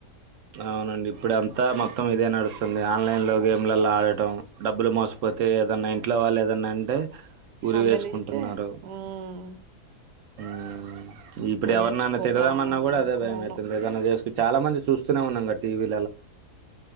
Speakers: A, on the right; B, on the right.
A: అవునండి ఇప్పుడ అంతా మొత్తం ఇదే నడుస్తుంది ఆన్లైన్ లో గేమ్లలో ఆడటం డబ్బులు మోసపోతే ఏదన్నా ఇంట్లో వాళ్ళు ఏదన్నా అంటే ఉరి
B: మందలిస్తే
A: వేసుకుంటున్నారు
B: మ్మ్
A: హ్మ్మ్ ఇప్పుడు
B: నేను
A: ఎవరినైనా
B: చచ్చిపోతానన్నా
A: తీడడమన్నా కూడా అదే భయమవుతుంది
B: అవును
A: ఏదైనా చేసుకు చాలా మంది చూస్తనే ఉన్నాం గా టీవీ